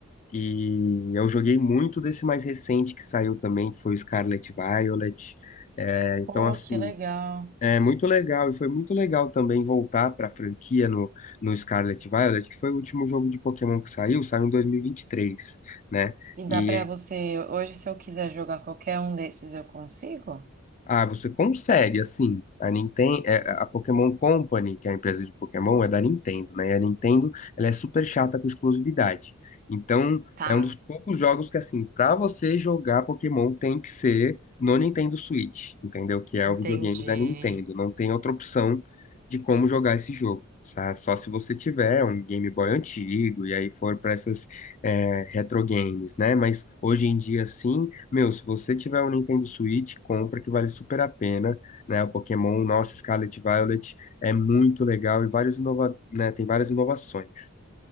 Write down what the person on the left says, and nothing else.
E eu joguei muito desse mais recente que saiu também, que foi o Scarlet Violet. É, então,
assim,
é muito legal. E foi muito legal também voltar para a franquia no, no Scarlet Violet, que foi o último jogo de Pokémon que saiu, saiu em 2023, né?
e
Ah, você consegue, assim. A Nintendo, a Pokémon Company, que é a empresa de Pokémon, é da Nintendo, né? E a Nintendo, ela é super chata com exclusividade. Então,
é um dos poucos jogos que, assim, pra você jogar Pokémon tem que ser no Nintendo Switch, entendeu? Que é
o videogame da Nintendo. Não tem outra opção de como jogar esse jogo. sa- Só se você tiver um Game Boy antigo e aí for pra essas é, retro games, né? Mas hoje em dia, sim. Meu, se você tiver um Nintendo Switch, compra que vale super a pena, né? O Pokémon, nossa, Scarlet Violet é muito legal e vários inova... né? Tem várias inovações.